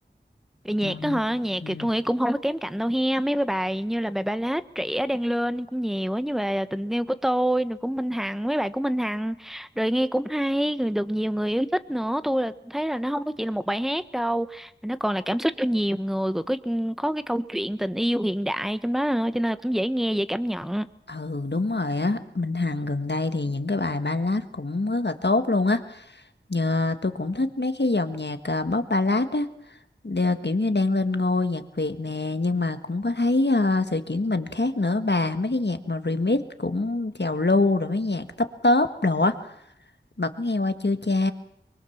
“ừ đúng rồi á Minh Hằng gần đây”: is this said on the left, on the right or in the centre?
Left